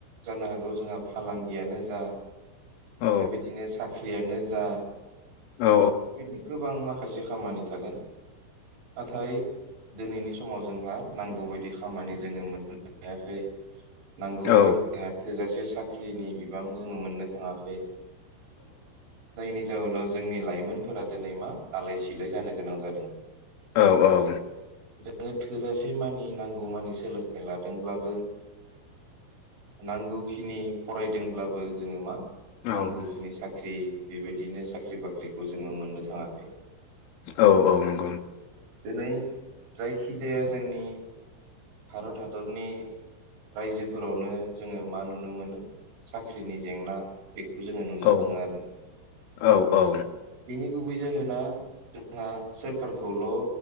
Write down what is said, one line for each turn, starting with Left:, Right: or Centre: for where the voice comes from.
Right: जानो हाग गौ जोंहा फालांगियानो जा
Left: औ
Right: बेबायदिनो साख्रियानो जा
Left: औ
Right: बिदि गोबां माख माखासे खामानि थागोन। नाथाय दिनैनि स समाव जोंहा नांगौ बायदि खामानि जोङो मोननो हायाखै। नांगौ
Left: औ
Right: बायदिना थोजासे साख्रिनि बिबां जोङो मोननो थाङाखै। जायनि जाहोनाव जोंनि लाइमोनफोरा दिनै मा आलाय सिलाय जानो गोनां जादों।
Left: औ औ।
Right: जोङो थोजासे मानि नांगौ मानि सोलोंथाइ लादोंब्लाबो नांगौखिनि फरायदोंब्लाबो जोङो मा
Left: औ
Right: नांगौखिनि साख्रि बेबायदिनो साख्रि बाख्रिखौ जोङो मोननो थाङाखै।
Left: औ औ नं
Right: दिनै जायखिजाया जोंनि भारत हादरनि रायजोफोरावनो जोङो मा नुनो मोनो साख्रिनि जेंना। बेखौ जोङो नुनो
Left: औ
Right: थाङो आरो
Left: औ औ
Right: बेनि गुबै जाहोना जोंहा सो सोरखौल'